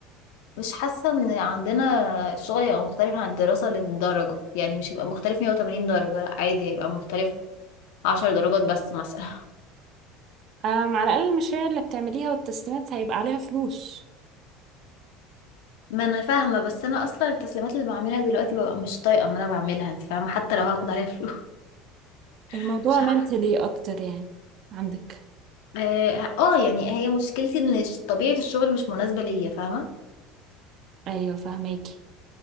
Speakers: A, on the left; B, on the right.
A: مش حاسه ان عندنا الشغل يبقى مختلف عن الدراسه للدرجه يعني مش هيبقى مختلف 180 درجه لا عادي هيبقى مختلف 10 درجات بس مثلا <laughs>
B: أم على الاقل المشاريع اللي بتعمليها والتسليمات هيبقى عليها فلوس
A: ما انا فاهمه بس انا اصلا التسليمات اللي بعملها دلوقتي ببقى مش طايقه ان انا بعملها انت فاهمه حتى لو هاخد عليها فلوس <laughs>
B: الموضوع
A: مش
B: منتلي
A: عارفة.
B: اكتر يعني عندك
A: اه آه، يعني هي مشكلتي ان ش- طبيعه الشغل مش مناسبه ليا فاهمه
B: ايوه فاهماكي